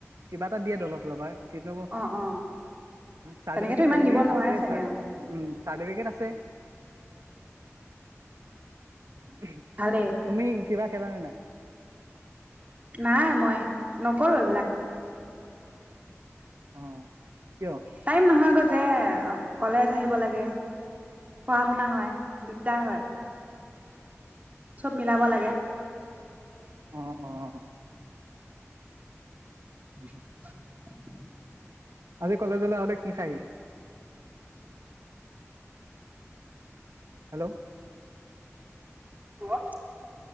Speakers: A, on the right (about 75°); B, on the right (about 30°).
A: কিবা এটা দিয়ে দল ফালপাই কিন্তু
B: অ অ
A: চাৰটিফিকেট
B: তেনেকেতো ইমান
A: টাৰটিফিকেট
B: দিব নোৱাৰে
A: আছে
B: চাগে অ
A: উম চাৰটিফিকেট আছে <unintelligible> <unintelligible>
B: ভালেই
A: তুমি কিবা খেলা নে নাই
B: নাই মই নকৰো এইবিলাক
A: অ কিয়
B: টাইম নহয় যে কলেজ আহিব লাগে পঢ়া শুনা হয় দিগদাৰ হয় চব মিলাব লাগে
A: অ অ উ
B: <unintelligible>
A: আজি কলেজলে আহোতে কি খাই আ হেল্ল'
B: হেল্ল